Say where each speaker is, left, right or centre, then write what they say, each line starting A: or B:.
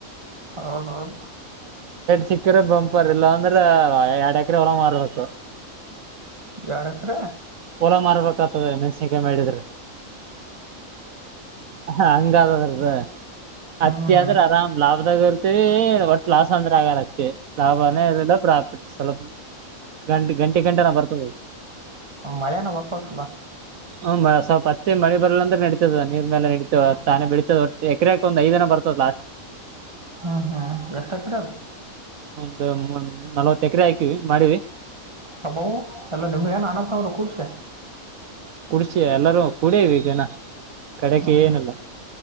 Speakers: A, on the right (about 20°); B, on the right (about 75°).
A: ಹೌದೌದು
B: ಸಿಕ್ಕರೆ ಬಂಪರ್ ಇಲ್ಲ ಅಂದ್ರ ಎರಡ್ ಎಕರೆ ಹೊಲ ಮಾರಬೇಕ
A: ಎರಡ್ ಎಕರೆ
B: ಹೂಲ ಮಾರ್ಬೇಕತದಾ ಮೆಣಸಿಕಾಯ ಮಾಡಿದ್ರೆ ಹಂಗಾದ ಅದರದ
A: ಹ್ಞೂ
B: ಅತ್ತಿಂದ್ರ ಆರಾಮ್ ಲಾಭ ದಾಗ ಇರ್ತೀವಿ ಒಟ್ ಲಾಸ್ ಅಂದ್ರ ಆಗಲ ಅಷ್ಟೇ ಲಾಭನೇ ಇರಲಿಲ್ಲ ಪ್ರಾಫಿಟ್ ಸ್ವಲ್ಪ ಗಂ ಗಂಟೆ ಗಂಟೆ ನಾ ಬರ್ತದೆ
A: ಮಳೆನ ಬರಬೇಕಲ್ಲ
B: ಹ್ಮ ಸ್ವಪ ಹತ್ತ ಮಳ ಬಲ ಅಂದ್ರೆ ನಡತದ ನೀರ್ ಮೇಲೆ ನಡೀತದೆ ತಾನೆ ಬೆಳಿತದ ಎಕರೆಕೆ ಒಂದ ಐದಿನ ಬರ್ತದ ಲಾಸ್
A: ಹ್ಮ್ ಹ್ಮ್ ಎಷ್ಟ ಎಕರೆ ಆದ
B: ಅ ಒಂದ ನಲ್ವತ್ತ ಎಕರೆ ಹಾಕಿವಿ ಮಾಡಿವಿ
A: ಅಬ್ಬಬ ಎಲ್ಲ ನಿಮ್ಮವೆ ಏನ ಅಣ್ಣ ತಮ್ಮ ಅವರ ಕೊಡ್ಸೆ
B: ಷ ಎಲ್ಲರೂ ಕೊಡೇವ ಈಗನಾ ಕಡೆಗೆ
A: ಹ್ಞೂ ಹ್ಞೂ
B: ಏನಲ್ಲ